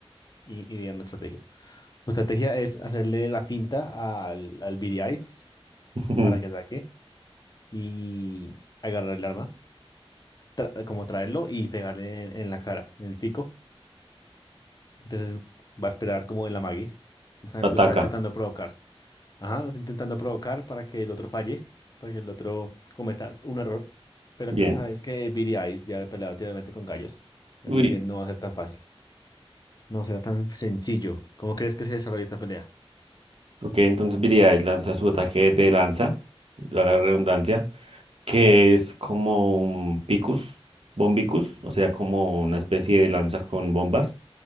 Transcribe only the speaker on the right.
<laughs>
lo
ataca.
Bien.
Uy,
Ok, entonces Viridian lanza su ataque de lanza, la redundancia, que es como un Picus, Bombicus, o sea, como una especie de lanza con bombas.